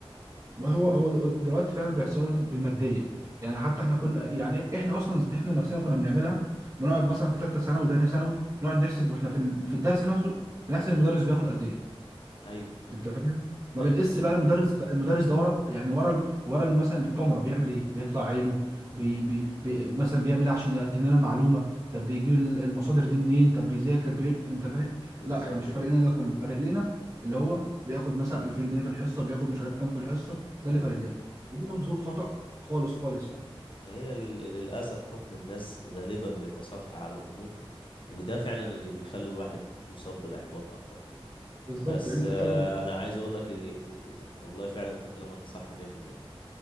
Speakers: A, on the right; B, on the left.
A: ما هو هو دلوقتي فعلا بيحصلوا بالماديه يعني حتى احنا كنا يعني احنا اصلا احنا نفسنا كنا بنعملها بنقعد مثلا في ثالثه ثانوي وثانيه ثانوي نقعد نحسب واحنا في ال- في الدرس نفسه بنحسب المدرس بياخد قد ايه
B: أيوه
A: انت فاهم ما
B: أيوه
A: بنقيس بقى المدرس بقى المدرس ده ورا يعني ورا ال- ورا ال- مثلا الكاميرا بيعمل ايه بيطلع عينه بي بي بي مثلا بيعمل ايه عشان يقدم لنا المعلومه طب بيجيب ال- المصادر دي منين طب بيذاكر بي... انت فاهم
B: بالظبط
A: لا احنا مش فارق
B: كده
A: لنا ده كله فارق لنا اللي هو بياخد مثلا 2000 جنيه في الحصه بياخد مش عارف كام في الحصه ده
B: أيوه
A: اللي فارق لنا وده منظور خطأ خالص خالص يعني
B: ما هي ال- للأسف حكم الناس غالبا بيبقى سطحي على الأمور وده فعلا اللي بيخلي الواحد يصاب بالإحباط أكتر
A: بالظبط
B: بس
A: انت
B: آه، أنا عايز أقول لك إيه- إيه- إيه، والله فعلا أنت كلامك صح 100%